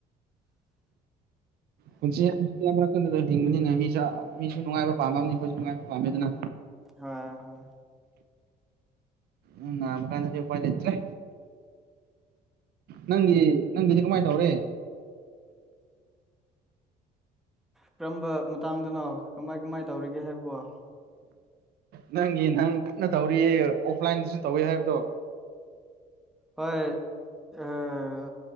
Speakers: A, on the right (about 70°); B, in the centre.
A: ꯄꯨꯟꯁꯤ ꯑꯃꯔꯛ ꯈꯛꯗ ꯍꯤꯡꯕꯅꯤꯅ ꯃꯤꯁ ꯃꯤꯁꯨ ꯅꯨꯡꯉꯥꯏꯕ ꯄꯥꯝꯔꯝꯅꯤ ꯑꯩꯈꯣꯏꯁꯨ ꯅꯨꯡꯉꯥꯏꯕ ꯄꯥꯝꯃꯦꯗꯅ
B: ꯍꯣꯏ ꯍꯣꯏ
A: ꯎꯝ ꯅꯥꯕ ꯀꯥꯟꯅꯗꯤ ꯎꯄꯥꯏ ꯂꯩꯇ꯭ꯔꯦ ꯅꯪꯒꯤ ꯅꯪꯒꯤꯗꯤ ꯀꯃꯥꯏꯟ ꯇꯧꯔꯦ
B: ꯀꯔꯝꯕ ꯃꯇꯥꯡꯗꯅꯣ ꯀꯃꯥꯏ ꯀꯃꯥꯏ ꯇꯧꯔꯤꯒꯦ ꯍꯥꯏꯕꯕꯣ
A: ꯅꯪꯒꯤ ꯅꯪ ꯀꯟꯅ ꯇꯧꯔꯤꯌꯦ ꯑꯣꯐ ꯂꯥꯏꯟꯗꯁꯨ ꯇꯧꯋꯦ ꯍꯥꯏꯕꯗꯣ
B: ꯍꯣꯏ ꯑꯥ